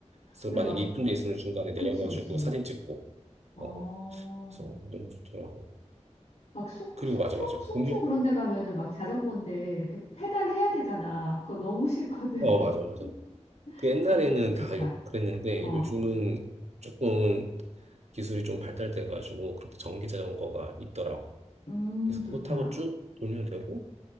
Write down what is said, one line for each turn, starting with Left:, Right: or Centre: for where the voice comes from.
Right: 그래서
Left: 왜
Right: 만약에
Left: 막,
Right: 이쁜 데 있으면 중간에 내려가지고
Left: 그치, 그치.
Right: 사진 찍고,
Left: 어.
Right: 어, 어. 그래서 너무 좋더라고.
Left: 막 속,
Right: 그리고
Left: 속초?
Right: 맞아 맞아
Left: 속초
Right: 공연
Left: 그런 데 가면은 막 자전거인데 이렇게 페달 해야 되잖아. 그거 너무 싫거든.
Right: 어 맞아 맞아
Left: <laughs>
Right: 그 옛날에는
Left: 전기 자전거 좋다.
Right: 다 요- 그랬는데
Left: 어.
Right: 요즘은 조금 기술이 좀 발달돼 가지고 그렇게 전기 자전거가 있더라고
Left: 음,
Right: 그래서
Left: 좋다.
Right: 그거 타고 쭉 돌면 되고